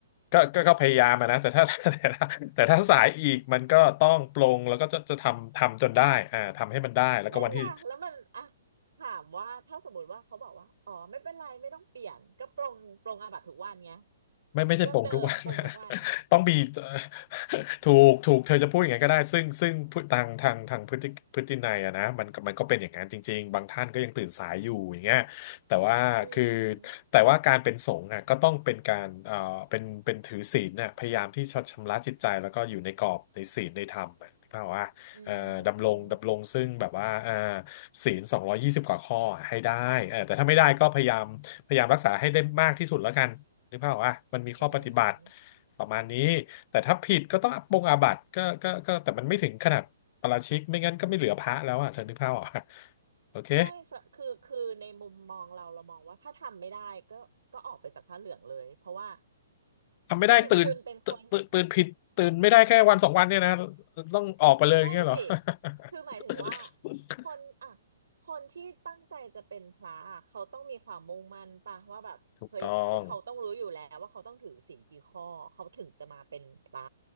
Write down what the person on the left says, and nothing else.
ก็ก็ก็พยายามอะนะแต่ถ้า <laughs> แต่ถ้าแต่ถ้าสายอีกมันก็ต้องปลงแล้วก็จะจะทำทำจนได้อ่าทำให้มันได้แล้วก็วันที่
ไม่ไม่ใช่โป่งทุกวัน
<laughs> ต้องมี <laughs> เอ่อถูกถูกเธอจะพูดอย่างนั้นก็ได้ซึ่งซึ่งพฤทางทางทางพฤติพฤตินัยอะนะมันมันก็เป็นอย่างนั้นจริงๆบางท่านก็ยังตื่นสายอยู่อย่างเงี้ยแต่ว่าคือ
แต่ว่าการเป็นสงฆ์อะก็ต้องเป็นการเอ่อเป็นเป็นถือศีลน่ะพยายามที่จะชำระจิตใจแล้วก็อยู่ในกรอบในศีลในธรรมอะนึกภาพว่าเอ่อดำรงดำรงซึ่งแบบว่าเอ่อ
ศีลสองร้อยยี่สิบกว่าข้ออะให้ได้เออแต่ถ้าไม่ได้ก็พยายามพยายามรักษาให้ได้มากที่สุดแล้วกัน นึกภาพออกอ่ะมันมีข้อปฏิบัติ
ประมาณนี้ แต่ถ้าผิดก็ต้องปรงอาบัติก็ก็ก็แต่มันไม่ถึงขนาดปาราชิก ไม่งั้นก็ไม่เหลือพระแล้วอ่ะเธอนึกภาพออกอ่ะโอเค
ทำไม่ได้ตื่นตื่นตื่น
ตื่นผิด ตื่นไม่ได้แค่วันสองวันเนี่ยนะต้องออกไปเลยอย่างเงี้ยเหรอ
<laughs>
ถูกต้อง